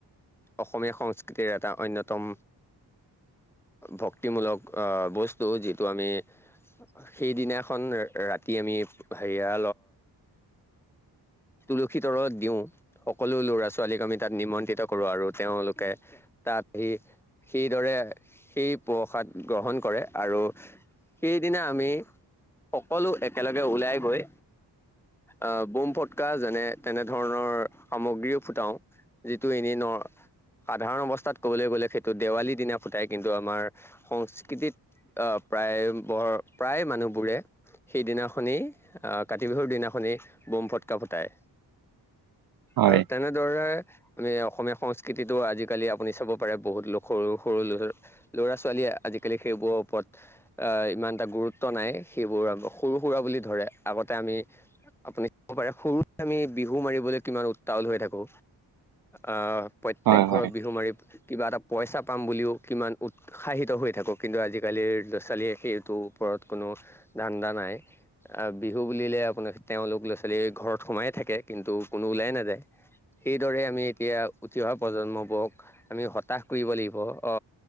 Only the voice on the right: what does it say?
হয়
হয়
হয়।